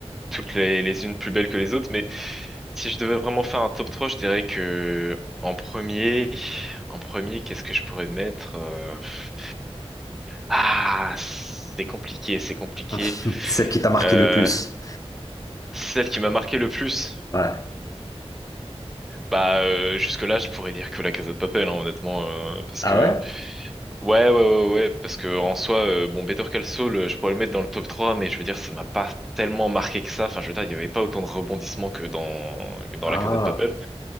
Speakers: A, in the centre; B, on the left.
A: toutes les, les unes plus belles que les autres, mais si je devais vraiment faire un top 3, je dirais que en premier, en premier, qu'est-ce que je pourrais mettre? euh, pff. Ah, c'est compliqué, c'est compliqué.
B: <laughs> Celle qui t'a marqué
A: Euh,
B: le plus.
A: celle qui m'a marqué le plus.
B: Ouais.
A: Bah euh, jusque-là, je pourrais dire que la Casa de Papel, hein, honnêtement, euh, parce
B: Ah
A: que
B: ouais?
A: ouais, ouais, ouais, ouais, parce que en soi, euh, bon, Better Call Saul, euh, je pourrais le mettre dans le top 3, mais je veux dire, ça m'a pas tellement marqué que ça. Enfin, je veux dire, il y avait pas autant de rebondissements que dans que dans
B: Ah,
A: la Casa de Papel.